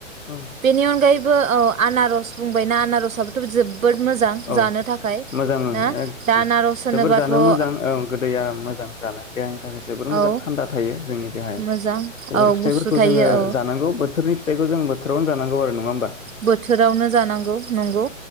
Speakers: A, on the left; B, on the right.
A: औ
B: बिनि अनगायै बो औ आनारस बुंबायना आनारसाबोथ' जोब जोबोद मोजां
A: औ
B: जानो थाखाय
A: मोजां ओं
B: ना
A: एकदम
B: दा नारस होनोबाथ'
A: जोबोर जानो
B: ओ
A: मोजां ओं गोदै आराम मोजां जानो देहानि थाखाय जोबोर
B: औ
A: मोजां थान्दा थायो जोंनि देहायाव
B: मोजां
A: बेफोर
B: औ
A: फिथाइफोरखौ
B: गुसु थायो
A: जोङो
B: औ
A: जानांगौ बो बोथोरनि फिथायखौ जोङो जानांगौ आरो नङा होनोबा
B: बोथोरावनो जानांगौ नंगौ